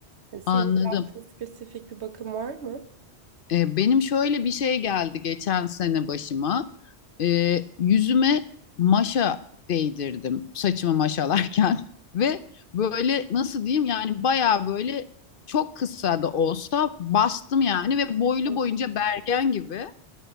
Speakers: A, on the right; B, on the left.
A: Yani senin
B: Anladım.
A: yaptığın spesifik bir bakım var mı?
B: E, benim şöyle bir şey geldi geçen sene başıma. E, yüzüme maşa değdirdim saçımı maşalarken <laughs> ve böyle nasıl diyeyim yani bayağı böyle çok kısa da olsa bastım yani ve boylu
A: Ha,
B: boyunca bergen gibi